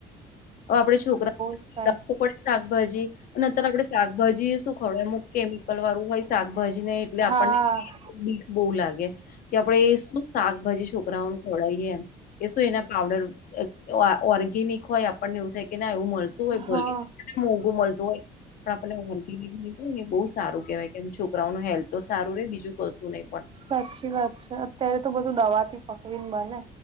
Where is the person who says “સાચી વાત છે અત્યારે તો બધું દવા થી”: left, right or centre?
Right